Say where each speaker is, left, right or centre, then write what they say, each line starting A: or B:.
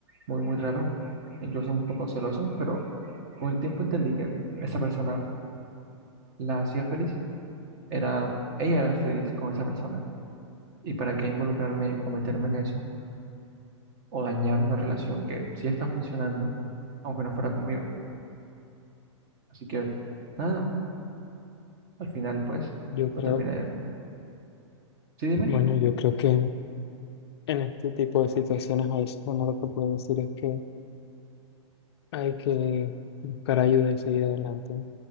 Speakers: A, on the right; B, on the left.
A: muy, muy raro, incluso un poco celoso, pero con el tiempo entendí que esa persona la hacía feliz. Era, ella era feliz con esa persona. ¿Y para qué involucrarme o meterme en eso o dañar una relación que sí está funcionando, aunque no fuera conmigo? Así que nada, al final pues
B: Yo creo,
A: lo terminé. Sí, dime.
B: bueno, yo creo que en este tipo de situaciones a veces uno lo que puede decir es que hay que buscar ayuda y seguir adelante.